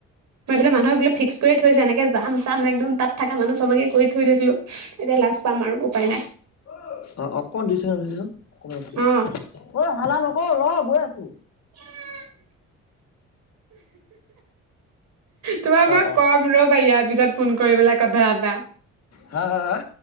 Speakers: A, on the right; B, on the left.
A: মই এইফালে মানুহ এইবিলাক ফিক্স কৰি থৈছো এনেকে যাম তাম একদম তাত থাকা মানুহ চবকে কৈ থৈ দিছিলো। এতিয়া লাজ পাম আৰু উপায় নাই।
B: <inaudible> অ অকমান জোৰছে টানি দেচোন অকমান ৰখি দিয়া
A: অ
B: ঐ হাল্লা নকৰ ৰ গৈ আছো।
A: <inaudible> তোমাক মই
B: অ অ
A: কম ৰবা ইয়াৰ পিছত। ফোন কৰি পেলাই কথা এটা।
B: হা হা হা?